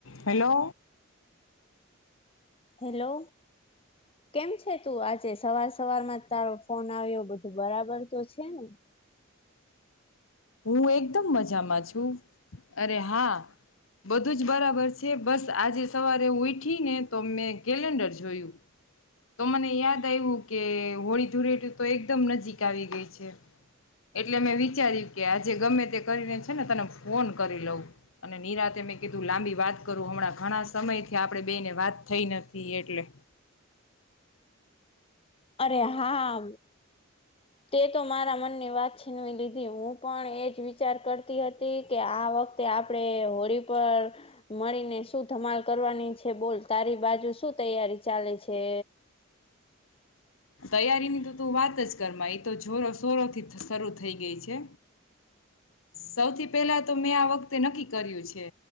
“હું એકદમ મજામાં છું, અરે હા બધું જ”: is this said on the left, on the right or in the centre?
Left